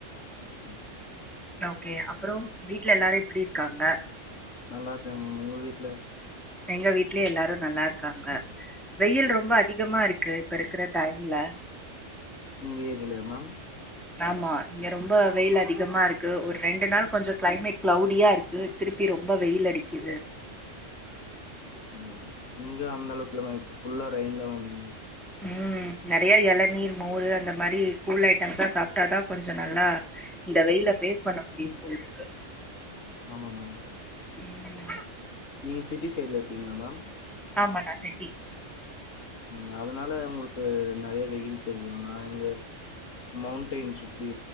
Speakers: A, on the left; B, in the centre.
A: ம்
B: ஓகே அப்றோ வீட்ல எல்லாரு எப்டி இருக்காங்க
A: நல்லாருக்காங்க மேம் உங்க வீட்ல
B: எங்க வீட்ல எல்லாரு நல்லாருக்காங்க வெயில் ரொம்ப அதிகமா இருக்கு இப்ப இருக்குற டைம்ல
A: உங்க ஏரியாலயா மேம்
B: ஆமா இங்க ரொம்ப வெயில் அதிகமா இருக்கு ஒரு ரெண்டு நாள் கொஞ்சோ கிளைமேட் க்ளௌடியா இருக்கு திருப்பி ரொம்ப வெயில் அடிக்கிது
A: ம் இங்க அந்தளவுக்கில்ல மேம் இப்ப ஃபுல்லா ரைன்தா மேம் இங்க
B: ம் நெறையா எளநீர் மோரு அந்த மாரி கூல் ஐட்டம்ஸ்லா சாப்டாதா கொஞ்சோ நல்லா இந்த வெயில பேஸ் பண்ண முடியும் போல்ருக்கு
A: ஆமாங்க ஆ
B: என்
A: நீங்க சிட்டி சைட்ல இருக்கீங்ளா மேம்
B: ஆமா நா சென்டி
A: ம் அதுனால உங்களுக்கு நெறையா வெயில் தெரியு நா இங்க மவுண்ட்டெய்ன் சுத்தி